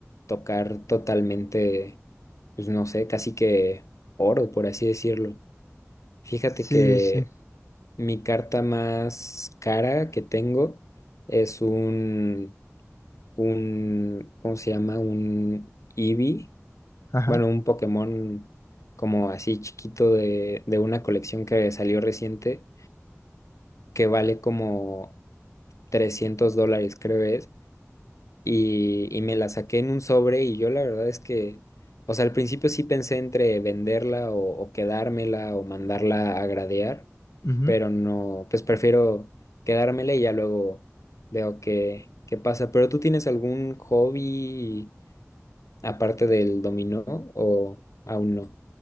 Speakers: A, on the left; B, on the left.
A: tocar totalmente, pues no sé, casi que oro, por así decirlo. Fíjate
B: Sí,
A: que
B: sí.
A: mi carta más cara que tengo es un, un, ¿cómo se llama? Un EV
B: Ajá.
A: bueno, un Pokémon como así chiquito de, de una colección que salió reciente, que vale como 300 dólares, creo es, y, y me la saqué en un sobre y yo la verdad es que, o sea, al principio sí pensé entre venderla o, o quedármela o mandarla a gradear,
B: ujú.
A: pero no, pues prefiero quedármela y ya luego veo qué, qué pasa. ¿Pero tú tienes algún hobby aparte del dominó o aún no?